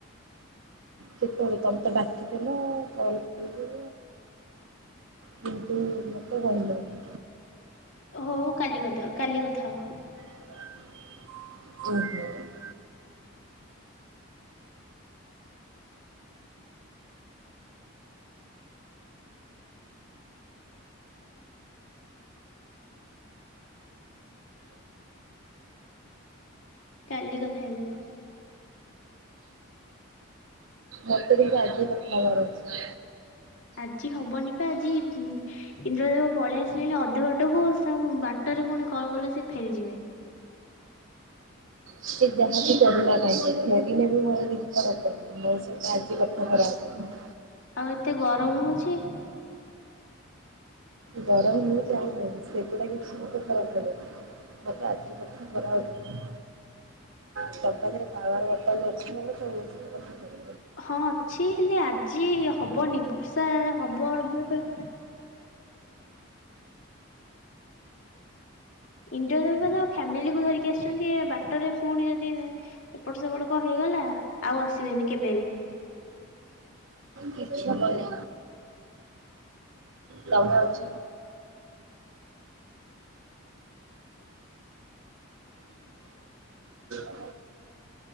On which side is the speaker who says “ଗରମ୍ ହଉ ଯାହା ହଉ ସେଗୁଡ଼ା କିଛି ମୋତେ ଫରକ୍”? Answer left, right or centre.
Right